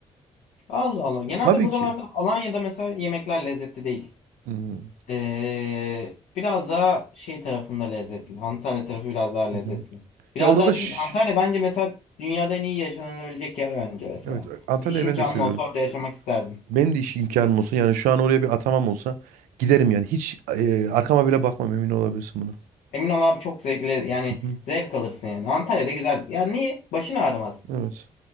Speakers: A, on the left; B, on the right.
A: Allah Allah. Genelde
B: Tabii
A: buralarda
B: ki.
A: Alanya'da mesela yemekler lezzetli değil.
B: Hı hı.
A: Ee, biraz daha şey tarafında lezzetli. Antalya tarafı biraz daha lezzetli.
B: Hı hı.
A: Biraz
B: Ya orada
A: daha
B: da şş-
A: çünkü Antalya bence mesela dünyada en iyi yaşanabilecek yer bence mesela.
B: evet Antalya'yı
A: Bir iş imkanım
B: ben de seviyorum.
A: olsa orada yaşamak isterdim.
B: Benim de iş imkanım olsa yani şu an oraya bir atamam olsa giderim yani. Hiç e, arkama bile bakmam emin olabilirsin buna.
A: Emin ol abi çok zevkli yani
B: Hı hı.
A: zevk alırsın yani. Antalya'da güzel. Ya niye? Başın ağrımaz.
B: Evet.